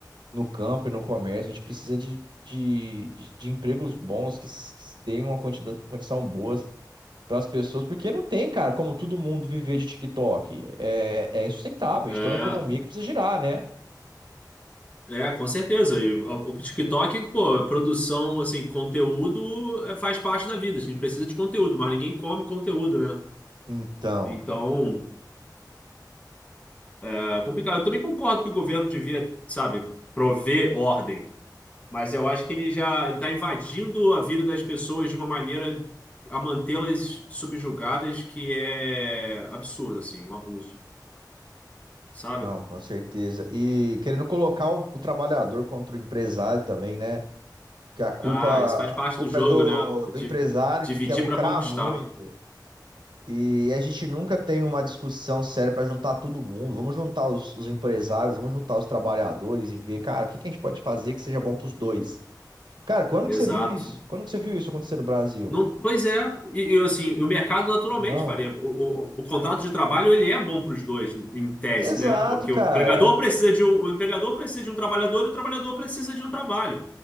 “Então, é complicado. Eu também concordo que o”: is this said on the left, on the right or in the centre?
Left